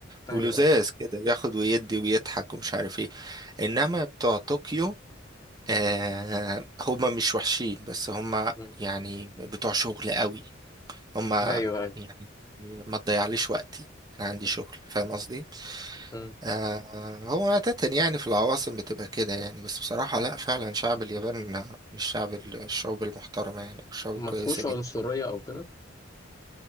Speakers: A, on the left; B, on the right.
A: ايوه
B: ولزاز
A: ايوه
B: كده بياخد ويدي ويضحك ومش عارف ايه انما بتوع طوكيو آه هما مش وحشين بس هما
A: م.
B: يعني بتوع شغل قوي هما
A: ايوه ايوه
B: يعني ما تضيعليش وقتي انا عندي شغل فاهم قصدي
A: م.
B: آه هو عادة يعني في العواصم بتبقى كده يعني بس بصراحة لا فعلا شعب اليابان من الشعب الشعوب المحترمة يعني الشعوب
A: ما
B: الكويسة
A: فيهوش
B: جدا
A: عنصرية او كده